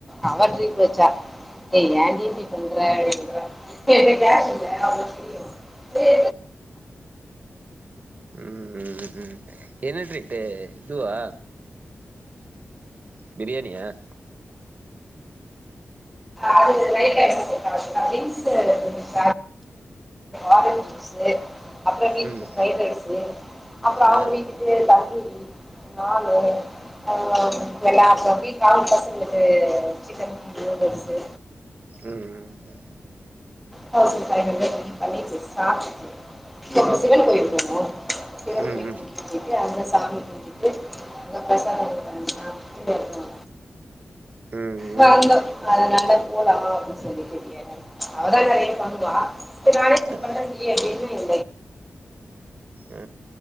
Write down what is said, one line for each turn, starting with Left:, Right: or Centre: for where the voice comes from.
Centre: அவவ ஃட்ரீட் வச்சா ஏய்யான்டி இப்படிபண்ற அப்படின்றா அவ செல்லுவா உம்
Right: உம் உம் உம் என்னடிறிட்டு இதுவா பிரியாணி ஏன்
Centre: அது வெயில்ல ஜுஸ்ம் ஆரஞ்ச் ஜூஸ் அப்புறம் வீட்டுக்கு
Right: ம்
Centre: ஃரைட் ரைஸ் அப்புறம் அவங்க
Right: ஆ
Centre: வீட்டுக்கு நம்பூதிரி ந ஆஹ் நல்ல ஆ கால் பசங்களுக்கு சிக்கன் நூடுல்ஸ
Right: உம் உம்
Centre: அவ சில கலைகள் பண்ணிச்சு சாப்பிட்டுச்ச இங்க அப்புறம் சிவன் கோயில் பப்போம் சிவன்
Right: ம்
Centre: கோயில்
Right: ம் ம்
Centre: குடிச்சுட்டு அங்க சாமி குச்சிட்டு அங்க பிரசாதம் கொ இரு
Right: ம் ம்
Centre: வந்தோம்
Right: ம்
Centre: அத நல்ல போலாம் அப்படின்னு சொல்லட்டு அவதான் நிறைய பண்ணுவா நளை
Right: அ
Centre: பண்ற அப்படின்னு
Right: அ அ